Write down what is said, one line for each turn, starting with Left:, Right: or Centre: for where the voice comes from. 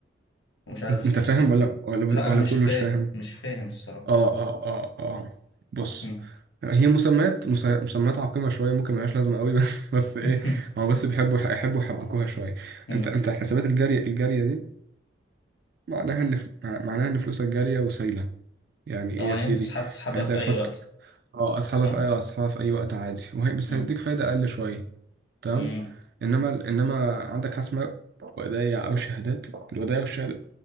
Left: ومش عارف
Right: انت أنت
Left: حس
Right: فاهم ولا ولا بت-
Left: لا
Right: ولا
Left: انا مش
Right: بتقول
Left: فاهم
Right: مش فاهم
Left: مش فاهم الصراحه
Right: اه اه اه اه بص
Left: مم.
Right: هي مسميات مس- مسميات عقيمة شوية ممكن ملهاش لازمة قوي بس <laughs> بس ايه
Left: <laughs>
Right: هو بس بيحبوا يحبوا يحبكوها شوية
Left: مم.
Right: انت انت الحسابات الجارية الجارية دي معناها ان ف- معناها ان فلوسك جارية وسايلة يعني ايه
Left: طبعا
Right: يا سيدي
Left: ينفع تسحب تسحبها
Right: يعني انت
Left: في
Right: هتحط
Left: اي وقت
Right: اه اسحبها
Left: صح
Right: في اي اه اسحبها في اي وقت عادي وهي بس
Left: مم.
Right: هيديك فايدة اقل شوية تمام
Left: مم.
Right: انما انما عندك حاجة اسمها ودايع او شهادات الودايع والشهادات